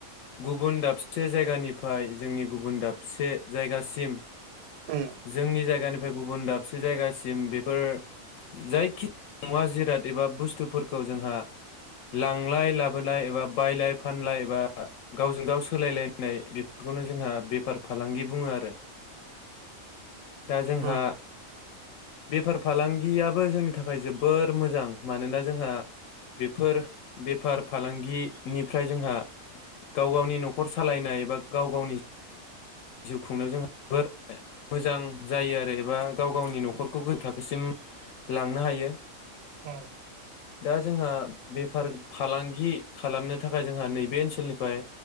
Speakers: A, on the left; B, on the right.
A: गुबुन दाबसे जायगानिफाय जोंनि गुबुन दाबसे जायगासिम
B: उम
A: जोंनि जायगानि गुबुन दाबसे से जायगासिम बेफोर जायखिजाया मुवा-जिराद एबा बुस्थुफोरखौ जोंहा लांलाय लाबोनाय एबा बायलाय फानलाय एबा गावजों गाव सोलायलायनाय बेफोरखौनो जोंहा बेफार फालांगि बुङो आरो। दा जोंहा
B: उम
A: बेफार फालांगियाबो जोंनि थाखाय जोबोर मोजां मानोना जोंहा बेफोर बेफार फालांगिनिफ्राय जोंहा गाव गावनि न'खर सालायनाय बा गाव गावनि जिउ खुंनायाव जों जोबोर मोजां जायो आरो एबा गाव गावनि न'खरखौ गो थाखोसिम लांनो हायो
B: उम
A: दा जोंहा बेफार फालांगि खालामनो थाखाय जोंहा नैबे ओनसोलनिफ्राय